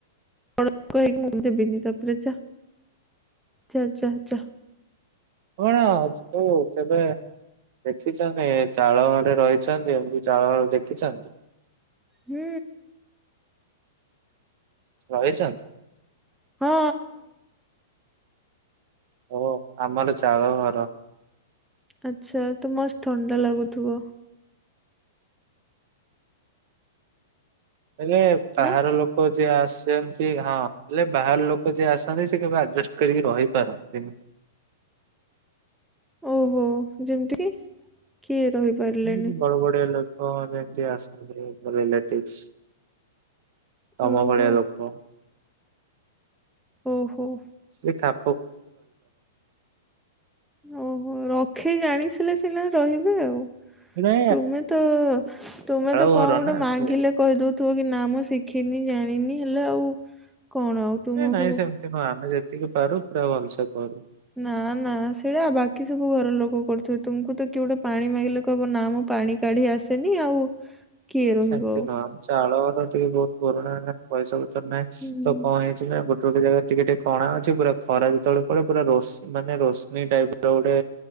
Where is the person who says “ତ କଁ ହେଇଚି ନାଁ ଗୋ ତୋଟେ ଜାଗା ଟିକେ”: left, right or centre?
Right